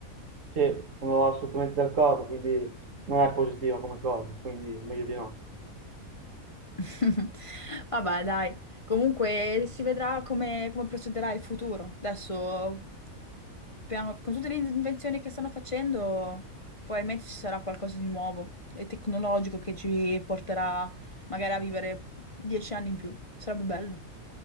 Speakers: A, on the right; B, on the left.
A: sì, sono assolutamente d'accordo, quindi non è positiva come cosa, quindi meglio di no.
B: <laughs> Vabbè, dai, comunque si vedrà come, come procederà il futuro. Adesso, piano- con tutte le invenzioni che stanno facendo, probabilmente ci sarà qualcosa di nuovo e tecnologico che ci porterà magari a vivere dieci anni in più. Sarebbe bello.